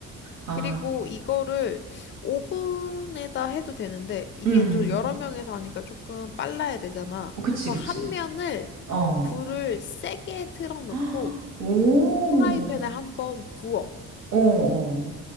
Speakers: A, on the right; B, on the left.
A: 아,
B: 그리고 이거를 오븐에다 해도 되는데, 이게
A: 음.
B: 또 여러 명에서 하니까 조금 빨라야 되잖아.
A: 그치,
B: 그럼
A: 그치.
B: 한 면을
A: 어.
B: 불을 세게 틀어놓고,
A: <gasps> 오.
B: 프라이팬에 한번 구워.
A: 어, 어.